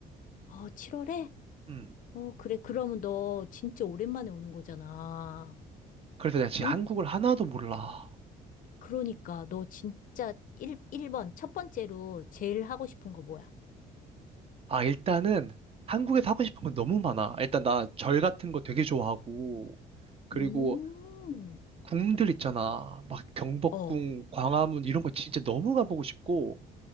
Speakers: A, on the left; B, on the right.
A: 어, 7월에?
B: 음.
A: 어, 그래. 그러면 너 진짜 오랜만에 오는 거잖아.
B: 그래서 내가 지금
A: 응?
B: 한국을 하나도 몰라.
A: 그러니까 너 진짜 1, 일번첫 번째로 제일 하고 싶은 거 뭐야?
B: 아, 일단은 한국에서 하고 싶은 건 너무 많아. 일단 나 절 같은 거 되게 좋아하고, 그리고
A: 음,
B: 궁들 있잖아. 막 경복궁,
A: 어,
B: 광화문 이런 거 진짜 너무 가보고 싶고,